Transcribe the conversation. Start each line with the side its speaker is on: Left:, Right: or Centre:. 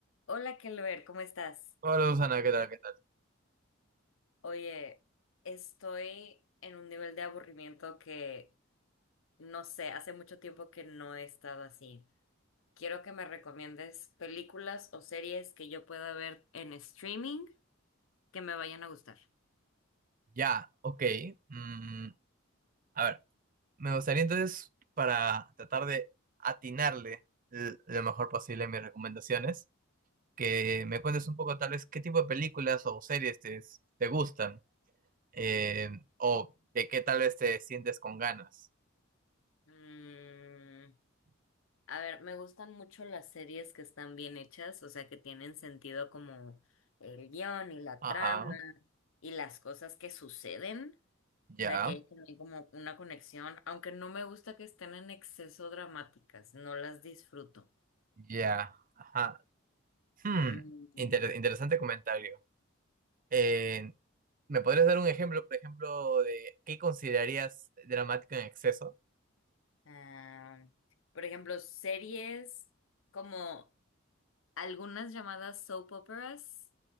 Left: Hola, Kelber, ¿cómo estás?
Right: Hola Susana, ¿qué tal? ¿Qué tal?
Left: Oye, estoy en un nivel de aburrimiento que no sé, hace mucho tiempo que no he estado así. Quiero que me recomiendes películas o series que yo pueda ver en streaming que me vayan a gustar.
Right: Ya, ok. mm, a ver, me gustaría entonces, para tratar de atinarle l- lo mejor posible a mis recomendaciones, que me cuentes un poco tal vez qué tipo de películas o series te, te gustan, eh, o de qué tal vez te sientes con ganas.
Left: Mm, a ver, me gustan mucho las series que están bien hechas, o sea, que tienen sentido como el guión y la
Right: Ajá,
Left: trama y las cosas que suceden.
Right: ya,
Left: O sea, que hay también como una conexión, aunque no me gusta que estén en exceso dramáticas, no las disfruto.
Right: ya, ajá. Hmm,
Left: Mm,
Right: inter- interesante comentario. Eh, ¿me podrías dar un ejemplo, por ejemplo, de qué considerarías dramático en exceso?
Left: ah, por ejemplo, series como algunas llamadas soap operas,